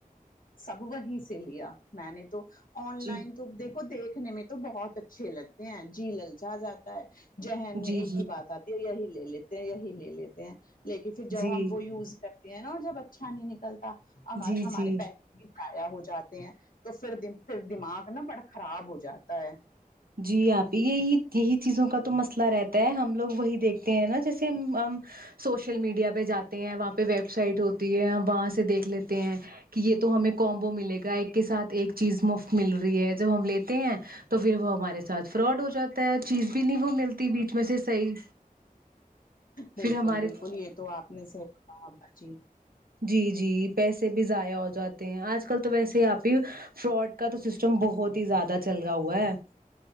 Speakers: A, on the left; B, on the right.
A: سب وہیں سے لیا میں نے تو آن لائن
B: جی
A: تو دیکھو دیکھنے میں تو بہت اچھے لگتے ہیں جی للچا جاتا ہے ذہین
B: جی
A: میں ایک ہی بات آتی ہے یہی لے لیتے ہیں یہی لے لیتے ہیں لیکن پھر
B: جی
A: جب ہم وہ یوز کر تے ہے جب اچھا نہیں نکلتا ہمارے
B: جی جی
A: ہمارے پیسے بھی زیا ہو جاتے ہیں تو پھر پھر دماغ نا بڑا خراب ہو جاتا ہے
B: جی اپی یہی یہی چیزوں کا تو مسئلہ رہتا ہے ہم لوگ وہی دیکھتے ہیں نا جیسے سوشل میڈیا پہ جاتے ہیں وہاں پہ ویب سائٹ ہوتی ہے ہم وہاں سے دیکھ لیتے ہیں کہ یہ تو ہمیں کومبو ملے گا ایک کے ساتھ ایک چیز مفت مل رہی ہے جب ہم لیتے ہیں تو پھر وہ ہمارے ساتھ فراڈ ہو جاتا ہے چیز بھی نہیں وہ ملتی بیچ میں سے صحیح
A: بالکل
B: پھر ہمارے
A: بالکل یہ تو آپ نے صحیح کہا باجی
B: جی جی پیسے بھی ضائع ہو جاتے ہیں آج کل تو ویسے ہی آپی فراڈ کا تو سسٹم بہت ہی زیادہ چلا ہوا ہے